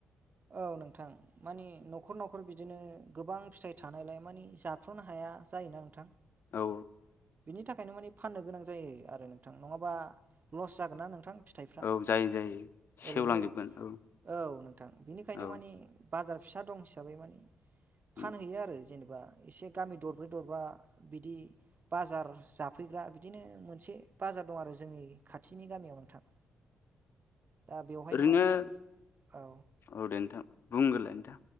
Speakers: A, on the right; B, on the left.
A: औ नोंथां मानि न'खर न'खर बिदिनो गोबां फिथाइ थानायलाय मानि जाथ्र'नो हाया जायोना नोंथां
B: औ
A: बिनि थाखायनो मानि फाननो गोनां जायो आरो नोंथां नङाबा लस जागोन ना नोंथां फिथाइफ्रा
B: औ जायो जायो सेवलांजोबगोन
A: ओरैनो
B: औ
A: औ नोंथां बिनिखायनो
B: औ
A: मानि बाजार फिसा दं हिसाबै मानि फानहैयो
B: उम
A: आरो जेनेबा एसे गामि दरब्रै दरबा बिदि बाजार जाफैग्रा बिदिनो मोनसे बाजार दं आरो जोंनि खाथिनि गामियाव नोंथां दा बेवहायनो
B: ओरैनो
A: मानि औ
B: औ दे नोंथां बुंग्रोलाय नोंथां।